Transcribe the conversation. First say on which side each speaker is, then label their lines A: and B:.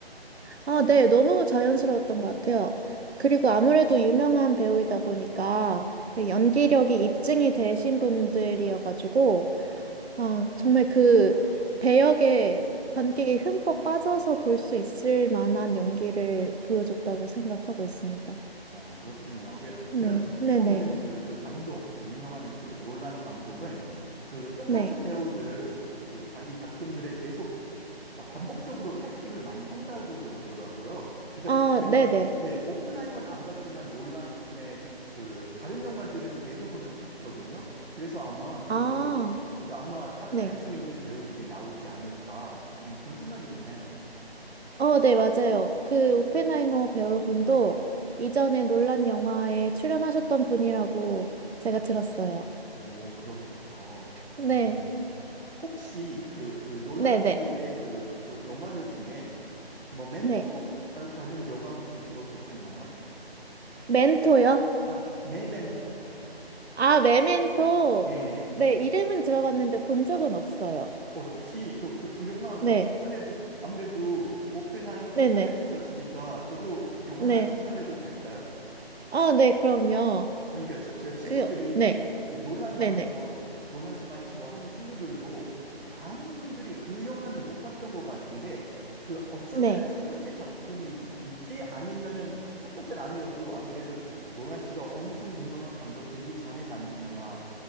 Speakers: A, on the right (about 80°); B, on the right (about 60°).
A: 아, 네. 너무 자연스러웠던 것 같아요. 그리고 아무래도 유명한 배우이다 보니까
B: 음.
A: 그 연기력이 입증이 되신 분들이어가지고, 아, 정말 그 배역에 관객이 흠뻑 빠져서 볼 수 있을 만한 연기를 보여줬다고 생각하고 있습니다.
B: 어, 그렇군요. 그
A: 네,
B: 제가 듣기로는
A: 네네, 네.
B: 그, 그 감독, 그 유명한 그 놀란 감독은 그 똑같은
A: 네.
B: 배우들을 그 자기 작품들에 계속 막 반복적으로 캐스팅을 많이 한다고 그러더라고요. 그래서
A: 아,
B: 제가,
A: 네네.
B: 그- 네, 오펜하이머는 안 봤지만 놀란 분의 그 다른 영화들은 대부분은 봤거든요. 그래서 아마 저도,
A: 아,
B: 저도 아마 딱
A: 네.
B: 알 수 있는 배우들이 나오지 않을까, 음, 그런 생각이 드네요.
A: 어, 네, 맞아요. 그 오펜하이머 배우분도 이전에 논란 영화에 출연하셨던 분이라고 제가 들었어요.
B: 오, 그렇군요.
A: 네,
B: 어, 혹시 그, 그 놀란
A: 네네,
B: 씨의
A: 네.
B: 그 여- 영화들 중에 모멘토라는
A: 네.
B: 영화 혹시 들어보셨나요?
A: 멘토요?
B: 아, 메멘토.
A: 아, 메멘토.
B: 네네.
A: 네, 이름은 들어봤는데 본 적은 없어요.
B: 어, 혹시 저, 저 그 영화
A: 네,
B: 좀 추천해 주, 아무래도 오펜하이머
A: 네네.
B: 추천해 주셨으니까 저도 그 영화
A: 네.
B: 하나 추천해도 될까요?
A: 아, 네, 그럼요.
B: 그러니까 저, 제 친구들이
A: 그, 네,
B: 논란
A: 네네.
B: 많이 좋아, 논란 씨 많이 좋아하는 친구들도 많은 분들이 그 영화는 못 봤던 것 같은데 그 어쩌면은
A: 네.
B: 첫 번째 작품인지 아니면은 첫, 첫 번째는 아니어도 아무래도 논란 씨가 엄청 유명한 감독 되기 전에 만든 영화